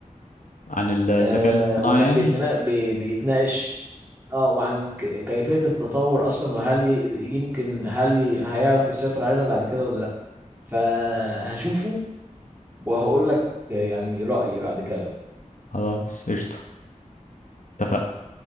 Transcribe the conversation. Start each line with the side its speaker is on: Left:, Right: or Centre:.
Left: عن الذكاء
Right: آه
Left: الاصطناعي
Right: وكان
Left: يعني
Right: بيتنا بي- بيتناقش اه وعن ك- كيفية التطور أصلا وهل ي- يمكن هل ي- هيعرف يسيطر علينا بعد كده ولا لأ فهشوفه وهقول لك يعني رأيي بعد كده
Left: خلاص قشطة اتفقنا